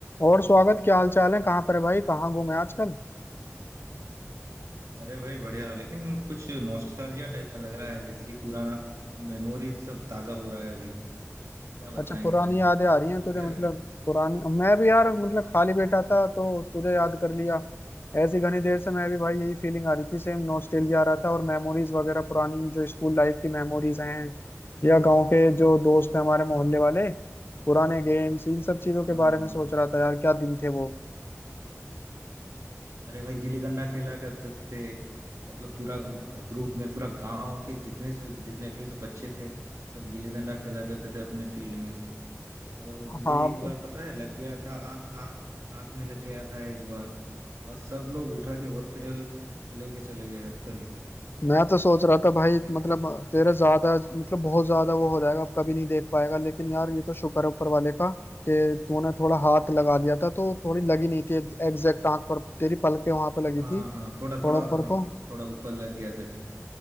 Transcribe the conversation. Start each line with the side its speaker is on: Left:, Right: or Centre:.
Left: और स्वागत क्या हाल चाल है कहाँ पर है भाई कहाँ घूमे आजकल
Right: अरे भाई बढ़िया लेकिन कुछ नॉस्टैल्जिया टाइप का लग रहा है जैसे कि पुराना मेमोरी सब ताजा हो रहा है अभी क्या
Left: अच्छा
Right: बताएं
Left: पुरानी यादें आ रही हैं
Right: तुम
Left: तुझे
Right: क्या
Left: मतलब
Right: कर रहे हो
Left: पुरानी मैं भी यार मतलब खाली बैठा था तो तुझे याद कर लिया ऐसी घनी देर से मैं भी भाई यही फीलिंग आ रही थी सेम नॉस्टैल्जिया आ रहा था और मेमोरीज वगैरह पुरानी जो स्कूल लाइफ की मेमोरीज हैं या गांव के जो दोस्त हैं हमारे मोहल्ले वाले पुराने गेम्स इन सब चीजों
Right: हाँ
Left: के
Right: हाँ
Left: बारे में
Right: हाँ।
Left: सोच रहा था यार क्या दिन थे वो
Right: अरे भाई गिल्ली डंडा खेला करते थे मतलब पूरा ग्रुप में पूरा गांव के जितने से जितने भी सब बच्चे थे सब गिल्ली डंडा खेला करते थे अपने फील्ड में और मुझे
Left: हाँ
Right: एक बार पता है लग गया था आंख आंख आंख में लग गया था एक बार और सब लोग उठा के हॉस्पिटल लेके चले गए तभी
Left: मैं तो सोच रहा था भाई
Right: अरे भाई
Left: मतलब तेरा ज्यादा मतलब बहुत ज्यादा वो हो जाएगा अब कभी नहीं देख पाएगा लेकिन यार ये तो शुक्र है ऊपर वाले का कि तूने थोड़ा हाथ लगा दिया था तो थोड़ी लगी नहीं थी एग्जैक्ट आंख पर तेरी पलकें वहां पे लगी
Right: हाँ
Left: थी
Right: हाँ थोड़ा
Left: थोड़ा
Right: थोड़ा
Left: ऊपर
Right: हाँ
Left: को
Right: थोड़ा ऊपर लग गया था